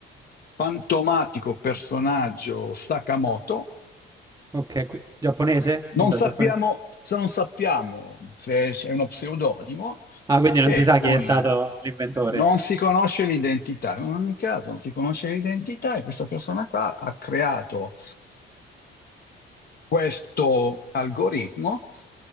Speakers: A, on the left; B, on the right.
A: fantomatico personaggio Sakamoto
B: Ok, qui- giapponese? Sembra
A: Non sappiamo,
B: giapponese.
A: se non sappiamo se è uno pseudonimo
B: Ah, quindi non
A: che
B: si sa
A: con...
B: chi è stato
A: eh,
B: l'inventore.
A: Non si conosce l'identità, in ogni caso non si conosce l'identità e questa persona qua ha creato questo algoritmo